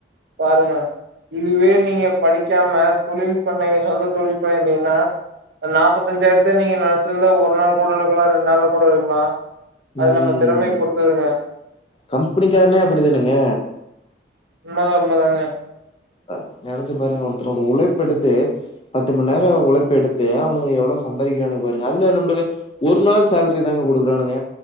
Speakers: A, on the right; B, on the left.
A: பாருங்க இதுவே நீங்க படிக்காம தொழில் பண்லைனா சொந்த தொழில் பண்றீனா அ நாப்பத்தஞ்சாயிரத்தயு நீங்க நெனச்சிருந்தா ஒரு நாள் கூட எடுக்கலா ரெண்டு நாள்ல கூட எடுக்கலா அது
B: ம்
A: நம்ம திறமை பொறுத்ததுங்க
B: கம்பெனிக்காரனே அப்படித்தானுங்க
A: உண்மதா உண்மதாங்க
B: அ நெனைச்சு பாருங்க ஒருத்தனோட உழைப்பெடுத்து பத்து மண் நேர உழைப்பு எடுத்து அவனுக்கு எவ்ளோ சம்பாரிக்கிறானுங்க பாருங்க அதுல நம்பளுக்கு ஒரு நாள் சேல்ரி தாங்க குடுக்குறானுங்க